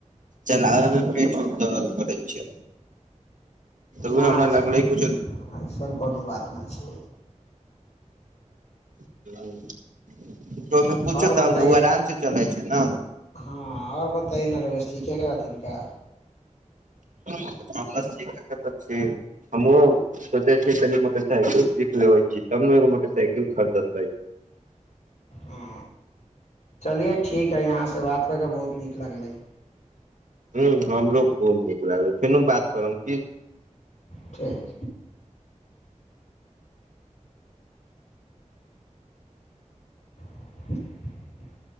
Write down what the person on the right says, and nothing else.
चलाबे मे पीठ उठ दर्दऽ करै छै तऽ उहाए
हमरा
लागलै कुछ
हूँ तो मे पूछो
तब न ओ आराम से चलै छै केना
हमरा सीखयके तऽ छी हमहुँ सोचे छी कनि मोटरसाइकिल सीख लेबै छी तब ने एगो मोटरसाइकिल खरीदेतै
हूँ हमरो खूब नीक लागल फेनों बात करब की